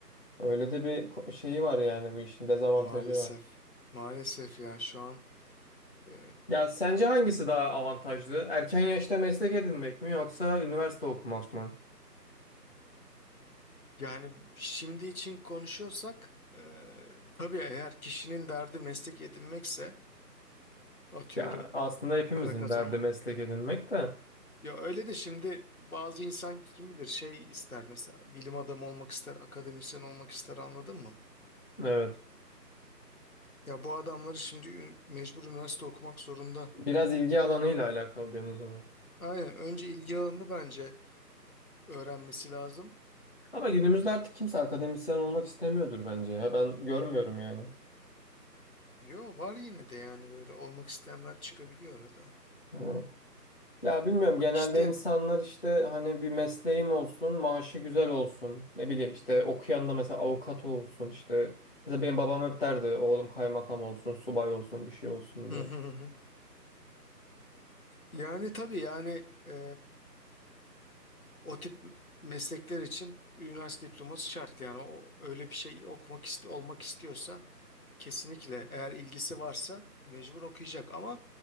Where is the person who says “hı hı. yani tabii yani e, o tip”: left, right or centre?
Left